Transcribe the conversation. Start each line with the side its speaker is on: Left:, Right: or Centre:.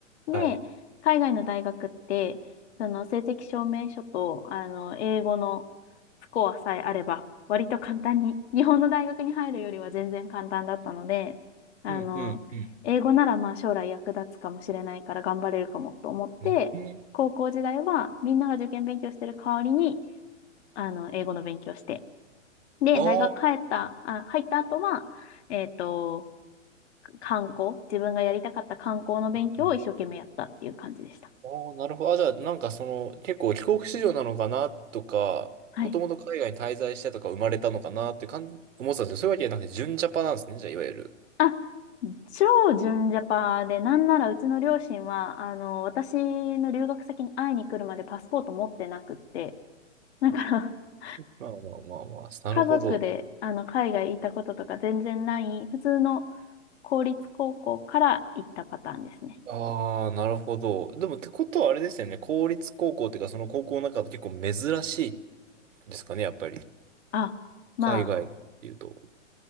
Left: で、
Right: あ、はい。
Left: 海外の大学って、その成績証明書と、あの、英語のスコアさえあれば、割と簡単に、日本の大学に入るよりは全然簡単だったので、あの、
Right: うんうんうん。
Left: 英語ならまあ将来役立つかもしれないから頑張れるかもと思って、
Right: ね。
Left: 高校時代はみんなが受験勉強してる代わりに、あの、英語の勉強して。で、
Right: ああー、
Left: 大学帰った、あ、入った後は、えっと、観光、自分がやりたかった観光の勉強を一生懸命やったっていう感じでした。
Right: うんうんああなるほど。あ、じゃあ、なんかその、結構帰国子女なのかなとか、
Left: はい。
Right: もともと海外に滞在してとか生まれたのかなって感じ、思ってたんですけど、そういうわけじゃなくて、純ジャパなんですね。じゃあ、いわゆる。
Left: あ、超純ジャパで、なんならうちの両親は、あの、私の留学先に会いに来るまでパスポート持ってなくって、だから、<laughs>
Right: まあまあまあまあ、なるほど。
Left: 家族で、あの、海外行ったこととか全然ない、普通の公立高校から行ったパターンですね。
Right: ああ、なるほど。でもってことはあれですよね。公立高校っていうか、その高校の中で結構珍しいですかね、やっぱり。
Left: あ、まあ、
Right: 海外っていうと。